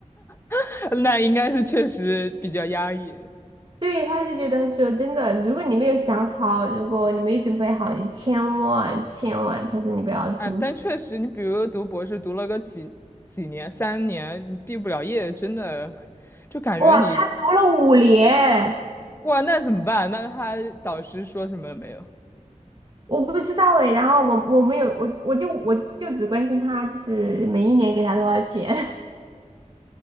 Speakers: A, on the left; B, on the right.
A: <laughs> 那应该是确实比较压抑。
B: <laughs> 对，他就觉得说真的，如果你没有想好，如果你没准备好，你千万千万，他说你不要读。
A: 哎，但确实，你比如读博士，读了个几几年，三年，你毕不了业，真的就感觉你
B: 哇，他读了五年，
A: 哇，那怎么办？那他导师说什么了没有？
B: 我不知道哎。然后我我没有我我就我就只关心他，就是每一年给他多少钱。